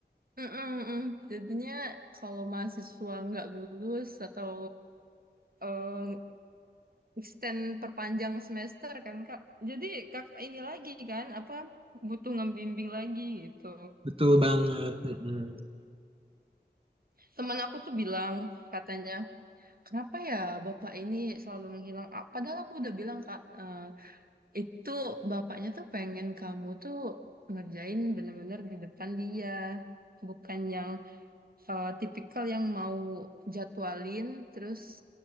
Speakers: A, on the right; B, on the right.
A: Mm-mm, mm. Jadinya kalau mahasiswa nggak lulus atau eh, extend perpanjang semester kan Kak. Jadi Kak ini lagi kan apa butuh ngebimbing lagi gitu.
B: Betul banget. Mm-mm.
A: Temen aku tuh bilang katanya, "Kenapa ya Bapak ini selalu menghilang?" Ah, Padahal aku udah bilang Kak, eh, itu bapaknya tuh pengen kamu tuh ngerjain bener-bener di depan dia. Bukan yang eh, tipikal yang mau jadwalin terus